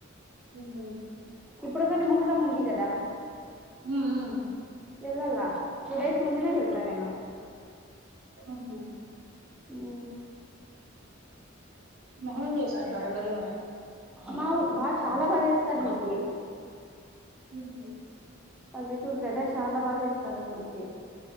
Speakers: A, on the right; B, in the centre.
A: ఉహు
B: ఇప్పుడు కాని మొహరం ఉంది కదా
A: ఉ ఉ
B: వెళ్ళల టూ డేస్ ముందునే వెళ్తా నేను
A: తనకు నా
B: ఉ
A: మోహరం చేసుకుంటారా మీరు
B: మాదు బా చాలా బాగా చేస్తారు మాకి
A: హ్మ్మ్
B: పల్లెటూరు కదా చాలా బాగా చేస్తారు అసలు కి